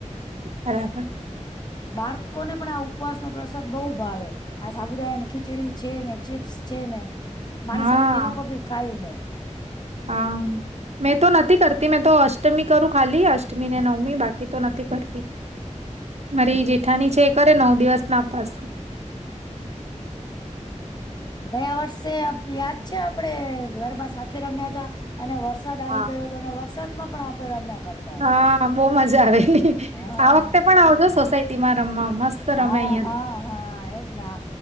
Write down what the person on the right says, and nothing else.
બરાબર
હા
હા મેં તો નથી કરતી મેં તો અષ્ટમી કરું ખાલી અષ્ટમી ને નવમી બાકી તો નથી કરતી મારી જેઠાની છે એ કરે નવ દિવસ ના અપાસ
હા
હા
બહુ મજા આવેલી
આ વખતે પણ
આવજો સોસાયટીમાં રમવા મસ્ત
રમે અહિયાં
તો